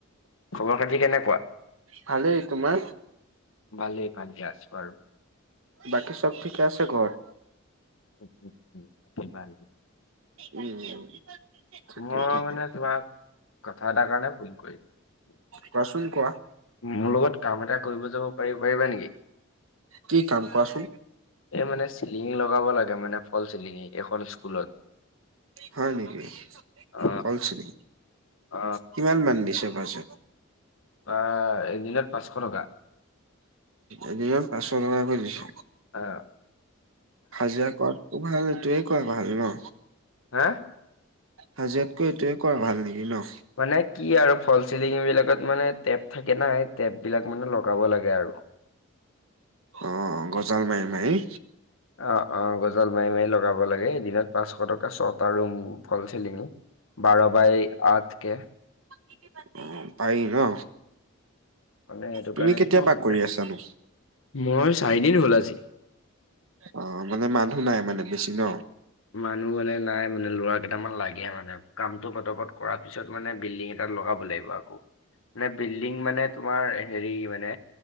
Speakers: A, on the left; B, on the right.
A: খবৰ খাতি কেনেকুৱা
B: ভালেই তোমাৰ
A: ভালেই কালিকে আছা আৰু
B: বাকী চব ঠিকে আছে ঘৰত
A: উম, উম, উম, বাকী ভালেই।
B: উম ঠিকেই
A: মই
B: ঠিকেই
A: মানে তোমাক কথা এটাৰ কাৰণে ফোন কৰিলো
B: কোৱাচোন কোৱা
A: মোৰ লগত কাম এটা কৰিব যাব পাৰি পাৰিবা নেকি
B: কি কাম কোৱাচোন
A: এই মানে চিলিঙি লগাব লাগে মানে ফল চিলিঙি এখন স্কুলত
B: হয় নেকি
A: অ
B: হল চিলিঙ
A: অ
B: কিমান মান দিছে বাজেত
A: অহ এদিনত পাঁচশ টকা
B: এদিনত পাঁচশ টকাকৈ দিছে
A: অহ
B: হাজিৰা কৰাটো ভাল এইটো কোৱা ভাল ন
A: হা
B: হাজিয়াতকৈ এইটোয়ে কৰা ভাল নেকি ন
A: মানে কি আৰু ফল চিলিং বিলাকত মানে টেপ থাকে নাই টেপ বিলাক মানে লগাব লাগে আৰু
B: অহ গজাল মাৰি মাৰি
A: অ অ গজাল মাৰি মাৰি লগাব লাগে এদিনত পাঁচশ টকা ছটা ৰুম ফল চেলিন বাৰ বাই আঠ কে
B: খেতি বাতি পাৰি ন
A: মানে সেইটো
B: তুমি
A: কাৰণো
B: কেতিয়া
A: মই
B: পা
A: সকলো
B: কৰি
A: দে
B: আছানো?
A: মই চাৰিদিন হল আজি
B: অ মানে মানুহ নাই মানে বেছি ন
A: মানুহ মানে নাই মানে লৰা কেইটামান লাগে মানে কামটো পতা পত কৰাৰ পিছত মানে বিল্ডিং এটাত লগাব লাগিব আকৌ মানে বিল্ডিং মানে তোমাৰ হেৰি মানে